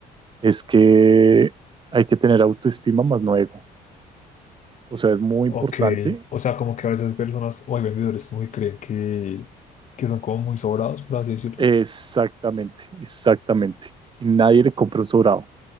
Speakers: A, on the right; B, on the left.
A: es que hay que tener autoestima más no ego. O sea, es muy importante.
B: Ok, o sea, como que a veces personas o hay vendedores como que creen que, que son como muy sobrados, por así decirlo.
A: Exactamente, exactamente. Y nadie le compra un sobrado.